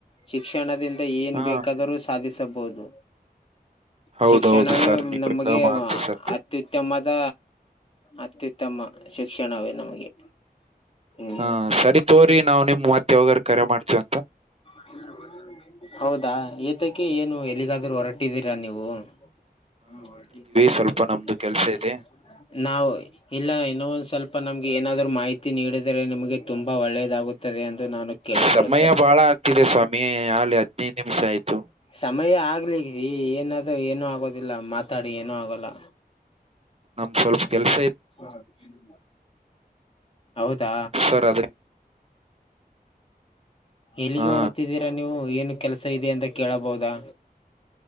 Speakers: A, on the left; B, on the right.
A: ಶಿಕ್ಷಣದಿಂದ ಏನ್
B: ಹಾ
A: ಬೇಕಾದರೂ ಸಾಧಿಸಬಹುದು
B: ಹೌದೌದು
A: ಶಿಕ್ಷಣವೇ
B: ಸರ್ ನೀವು
A: ನಮಗೆ
B: ಹೇಳೋ
A: <unintelligible>
B: ಮಾತು ಸತ್ಯ
A: ಅತ್ಯುತ್ತಮದ ಅತ್ಯುತ್ತಮ ಶಿಕ್ಷಣವೇ ನಮಗೆ. ಹ್ಮ್
B: ಹಾ ಸರಿ ತೋರಿ ನಾವು ನಿಮ್ ಮತ್ತೆ ಯಾವಾಗರ್ ಕರೆ ಮಾಡ್ತವಿ ಅಂತ.
A: ಹ <unintelligible> ಹೌದಾ ಏತಕ್ಕೆ ಏನು ಎಲ್ಲಿಗಾದ್ರೂ ಹೊರಟಿದ್ದೀರಾ ನೀವು? ಹಾ ಹೊರಟಿದೀವಿ <unintelligible> <unintelligible>
B: ಸ್ವಲ್ಪ ನಮ್ದು ಕೆಲ್ಸ ಇದೆ
A: ನಾವು ಇಲ್ಲ ಇನ್ನ ಒಂದ್ ಸ್ವಲ್ಪ ನಮ್ಗೆ ಏನಾದರು ಮಾಹಿತಿ ನೀಡಿದರೆೆ ನಿಮಗೆ ತುಂಬಾ ಒಳ್ಳೇದಾಗುತ್ತದೆ ಎಂದು ನಾನು ಕೇಳಿಕೊಳ್ಳುತ್ತೇನೆ
B: ಸಮಯ ಬಾಳ ಆಗ್ತಿದೆ ಸ್ವಾಮಿ ಅಲ್ಲಿ ಹದ್ನೈದು ನಿಮಿಷ ಆಯ್ತು
A: ಸಮಯ ಆಗ್ಲಿ ರಿ ಏನಾದ್ ಏನುೂ ಆಗೋದಿಲ್ಲ ಮಾತಾಡಿ ಏನುೂ ಆಗಲ್ಲ
B: ನಮ್ ಸ್ವಲ್ಪ
A: ಹ್ಮ್
B: ಕೆಲ್ಸ
A: <unintelligible> ಹೌದಾ
B: ಇತ್ತು ಸರ್ ಅದೇ
A: ಎಲ್ಲಿಗೆ
B: ಹಾ
A: ಹೊರ್ಡ್ತಿದ್ದೀರಾ ನೀವು ಏನು ಕೆಲಸ ಇದೆ ಅಂತ ಕೇಳಬಹುದಾ?